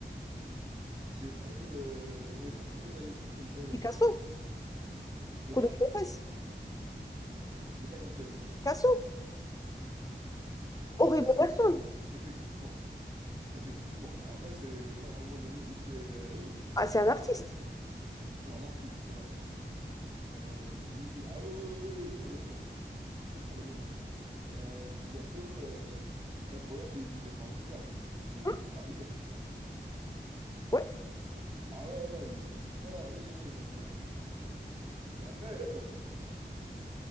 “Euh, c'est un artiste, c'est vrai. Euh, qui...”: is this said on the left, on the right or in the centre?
Right